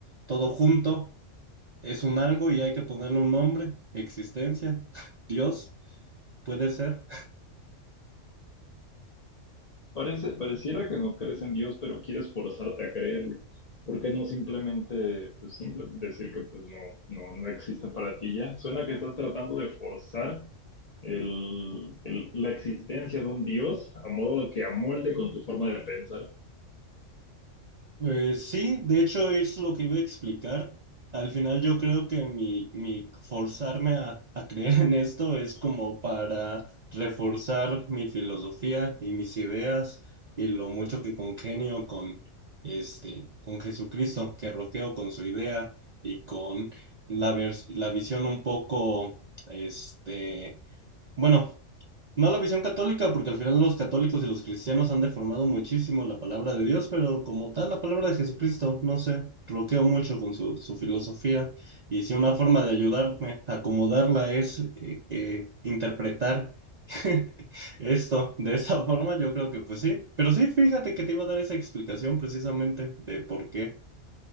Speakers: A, on the right; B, on the left.
A: todo junto, es un algo y hay que ponerle un nombre, existencia, <laughs> Dios, puede ser.
B: Parece, pareciera que no crees en Dios, pero quieres forzarte a creerlo. ¿Por qué no simplemente pues, simple- decir que pues, no, no, no existe para ti ya? Suena que estás tratando de forzar el, el- la existencia de un Dios a modo que amolde con tu forma de pensar.
A: Pues sí, de hecho es lo que iba a explicar. Al final yo creo que mi, mi forzarme a, a creer en esto es como para reforzar mi filosofía y mis ideas y lo mucho que congenio con este, con Jesucristo, que roqueo con su idea y con la vers- la visión un poco, este, bueno, no la visión católica, porque al final los católicos y los cristianos han deformado muchísimo la palabra de Dios, pero como tal, la palabra de Jesucristo, no sé, bloqueo mucho con su, su filosofía. Y si una forma de ayudarme a acomodarla es eh, eh, interpretar <laughs> esto de esa forma, yo creo que pues sí. Pero sí, fíjate que te iba a dar esa explicación precisamente de por qué